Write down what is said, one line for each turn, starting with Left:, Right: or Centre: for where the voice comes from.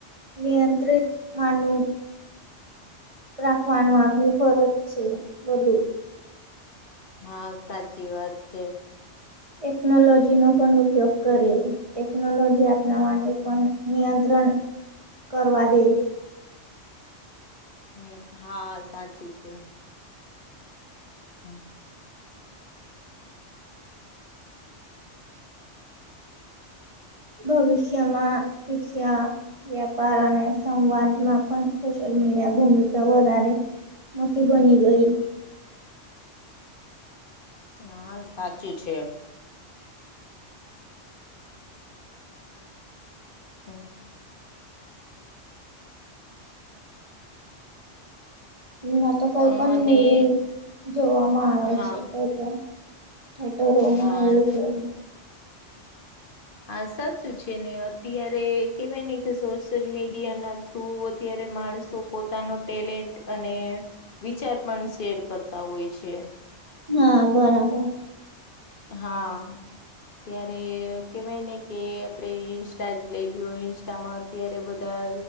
Right: નિયંત્રિત માનું રાખવાનું આપની ફરજ છે બધું
Left: હા સાચી વાત છે.
Right: ટટેકનોલોજીનો પણનુપયોગ કરી. ટેકનોલોજી આપણા માટે પણ નિયંત્રણ કરવા દે
Left: હમ હા સાચું છે. હમ હ
Right: ભવિષ્યમાં શીખ્યા વ્યાપાર અને સંવાદમાં પણ સોશિયલ મીડિયા ભૂમિકા વધારે મોટી બની ગઈ
Left: હા સાચું છે. હા.
Right: ના તો કઈ
Left: અ
Right: પણ
Left: અને
Right: મૂવી જોવામાં આવે
Left: હા
Right: છે કઈ પણ થેટરોમાં
Left: હા
Right: એ છે.
Left: હા સાચું છે ને અત્યારે કેવાય ને કે સોશિયલ મીડિયા ના થ્રુ અત્યારે માણસો પોતાનો ટેલેન્ટ અને. વિચાર પણ શેર કરતા હોય છે.
Right: હા બરાબર.
Left: હા. ત્યારે કેવાય ને કે આપણે ઇન્સ્ટા જ લઈ લ ઇન્સ્ટામાં. અ્યારે બધા